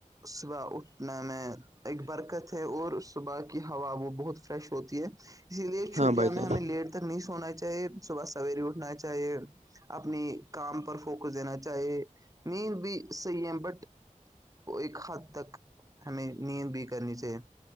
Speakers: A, on the right; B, on the right.
A: صبح اٹھنا میں ایک برکت ہے اور صبح کی ہوا وہ بہت فریش ہوتی ہے اسی لیے چھٹیاں
B: ہاں بھائی
A: میں
B: جان
A: ہمیں لیٹ تک نہیں سونا چاہیے صبح سویرے اٹھنا چاہیے اپنی کام پر فوکس دینا چاہیے نیند بھی صحیح ہے بٹ وہ ایک حد تک ہمیں نینینت بھی کرنی چاہیے